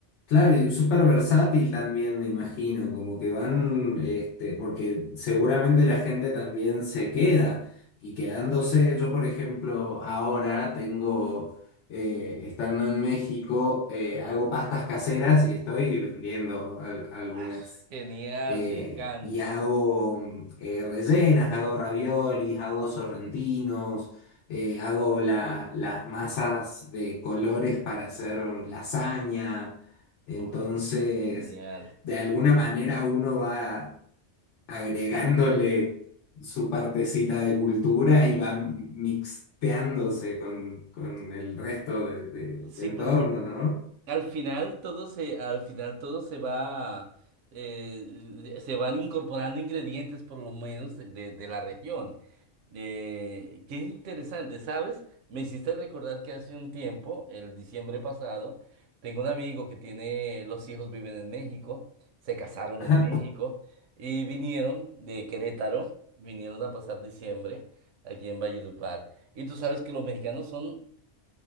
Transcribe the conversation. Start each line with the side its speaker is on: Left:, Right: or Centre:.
Left: Claro,
Right: Es-
Left: y súper versátil también, me imagino, como que van, este, porque seguramente la gente también se queda y quedándose, yo por ejemplo ahora tengo, eh, estando en México, eh, hago pastas caseras y estoy vendiendo al- algunas
Right: ah, genial,
Left: eh,
Right: me encanta.
Left: y hago mm, eh, rellenas, hago raviolis, hago sorrentinos, eh, hago la- las masas de colores para hacer lasaña. Entonces,
Right: Oye, genial.
Left: de alguna manera uno va agregándole su partecita de cultura y va mixteándose con, con el resto de- de-
Right: Sí,
Left: del
Right: porque
Left: entorno, ¿no?
Right: Al final todo se, al final todo se va, eh, eh, se van incorporando ingredientes por lo menos de, de- de la región. Eh, qué interesante, ¿sabes? Me hiciste recordar que hace un tiempo, el diciembre pasado, tengo un amigo que tiene, los hijos viven en México, se casaron
Left: Ajá.
Right: en México y vinieron de Querétaro, vinieron a pasar diciembre aquí en Valledupar. Y tú sabes que los mexicanos son